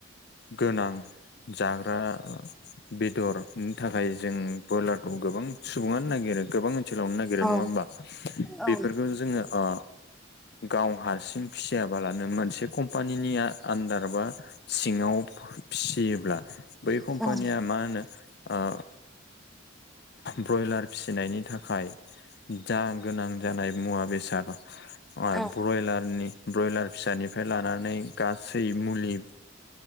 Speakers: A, on the left; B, in the centre.
A: गोनां जाग्रा बेदरनि थाखाय जों ब्रयलारखौ गोबां सुबुङानो नागिरो गोबां ओनसोलावनो नागिरा
B: औ
A: नंङा होमबा
B: औ
A: बेफोरखौ जोंङो ओ गाव हारसिं फिसियाबालानो मोनसे कम्पानिनि आन्दार बा सिंङाव फिसियोब्ला बै
B: नोंथां
A: कम्पानिया मा होनो ओ ब्रयलार फिसिनायनि थाखाय जा गोनां जानाय मुवा बेसाद ओ
B: औ
A: ब्रयलारनि ब्रयलार फिसानिफ्राय लानानै गासै मुलि